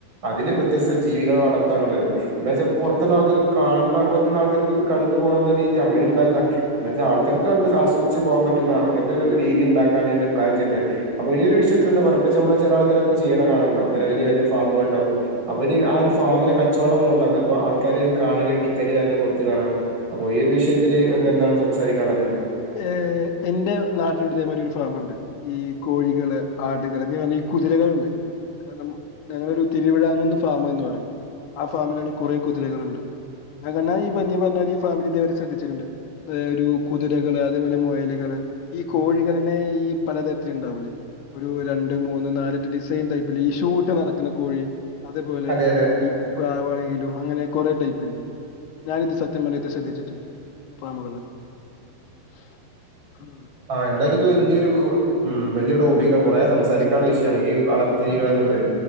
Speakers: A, on the right (about 30°); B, on the left (about 80°).
A: അതില് വ്യത്യസ്ത
B: അതെ
A: ജീവികളെ വളർത്താന്ന്ള്ളത് ന്താച്ചാ പൊറത്തുള്ള ആൾക്കാർക്ക് കാണാ പറ്റുന്ന ആൾക്കാർക്ക് ഇത് കണ്ടുപോകുന്ന രീതിയാണല്ലോ ഇണ്ടാക്കാ ന്നുവെച്ചാ ആൾക്കാർക്ക്
B: അതെ
A: കണ്ട് ആസ്വദിച്ച് പോകാൻ പറ്റുന്ന അങ്ങനത്തൊരു രീതി ഇണ്ടാക്കാനിനി പ്ലാൻ ചെയ്യണ്ടേ അപ്പൊ ഈ ഒരു വിഷയത്തിലെന്താ പറയിപ്പിച്ച് ചമ്മളെ ചെല ആൾക്കാരൊക്കെ ചെയ്യണ കാണല്ലോ ഇങ്ങനെ വല്യ വല്യ ഫാമ്കള്ണ്ടാക്കും. അവര് ആ ഒരു ഫാമിനെ കച്ചവടം മോഡലാക്കാ അതവ ആൾക്കാര് കാണെങ്കിൽ ടിക്കറ്റ് കാരണം കൊടുത്ത് കാണാകാ അപ്പൊ ഈയൊരു വിഷയത്തില് ഇങ്ങക്ക് എന്താണ് സംസാരിക്കാനുള്ളത്?
B: ഏ് എന്റെ നാട്ടിലുണ്ട് ഇതേമാതിരി ഒരു ഫാമുണ്ട്. ഈ കോഴികള് ആടുകള് എന്തിന് പറഞ്ഞാ ഈ കുതിരകള്ണ്ട്. കാരണം ഞങ്ങളൊരു തിരുവിഴാകുന്ന് ഫാമെന്ന് പറയും. ആ ഫാമിലാണെൽ കൂറെ കുതിരകളുണ്ട്. <inaudible> പറഞ്ഞാരി ഈ ഫാമിലി ഇദേവരെ ശ്രദ്ധിച്ചിട്ടുണ്ട്. ഏ ഒരു കു കുതിരകള് അതേപോലെ മുയലുകള് ഈ കോഴികളന്നെ ഈ പലതരത്തില് ഇണ്ടാവൂലേ ഒരു രണ്ട് മൂന്ന് നാലെട്ട് ഡിസൈൻ ടൈപ്പില് ഈ ഷൂ ഇട്ട് നടക്കുന്ന കോഴി. അതേപോലെ
A: അതെ അതെ
B: ഈ പ്രാവണെങ്കിലും അങ്ങനെ കുറേ ടൈപ്പില്ലേ ഞാനിത് സത്യം പറഞ്ഞ ഇത് ശ്രദ്ധിച്ചിട്ടുണ്ട്. ഫാമുകള. ആഹ
A: ആ എന്തായാലും ഇത് വലിയൊരു വെല്യരു വല്യ ടോപ്പിക്ക കൂറേ സംസാരിക്കാനുള്ള
B: സത്യം
A: വിഷയാണ്. ഈ വളർ ജീവികളന്നല്ലേ.